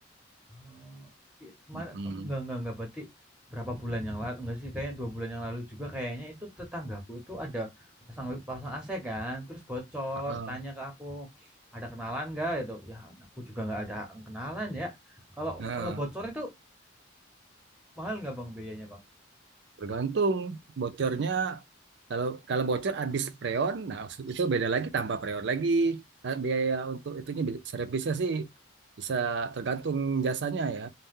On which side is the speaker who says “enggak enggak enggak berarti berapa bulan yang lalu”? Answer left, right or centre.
Centre